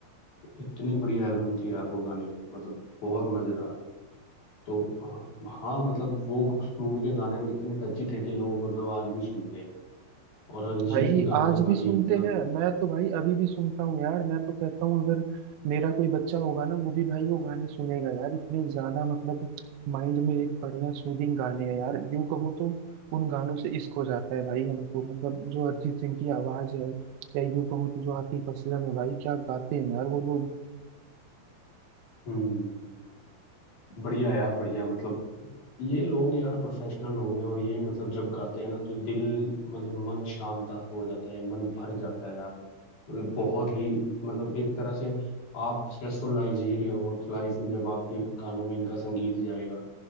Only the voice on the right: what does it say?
भाई
आज
भी सुनते
हैं मैं तो भाई अभी भी सुनता हूँ यार मैं तो कहता हूँ अगर मेरा कोई बच्चा होगा ना वो भी भाई वो गाने सुनेगा यार इतने ज्यादा मतलब माइंड में एक बढ़िया सूदिंग गाने हैं यार यूं कहो तो उन गानों से इश्क हो जाता है भाई हमको मतलब जो अरिजीत सिंह की आवाज है या यूं कहो तो जो आतिफ असलम है भाई क्या गाते हैं यार वो लोग